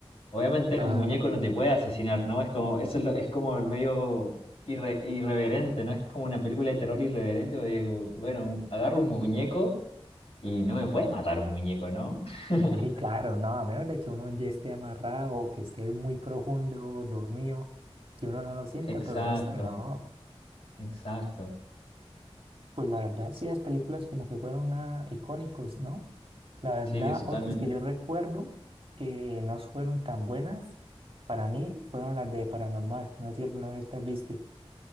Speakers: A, on the left; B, on the right.
A: Obviamente
B: Claro.
A: un muñeco no te puede asesinar, ¿no? Es como, eso es, lo- es como medio irre- irreverente, ¿no? Es como una película de terror irreverente, porque digo, bueno, un- agarro un muñeco y no me puede matar un muñeco, ¿no? <laughs>
B: Sí, claro, no, a menos de que uno ya esté amarrado o que esté muy profundo, dormido, que uno no lo sienta,
A: Exacto,
B: pero el resto no.
A: exacto.
B: Pues la verdad, sí, las películas como que fueron ah, icónicos, ¿no? La verdad,
A: Sí, es totalmente.
B: otras que yo recuerdo que no fueron tan buenas para mí fueron las de Paranormal. No sé si alguna vez las viste.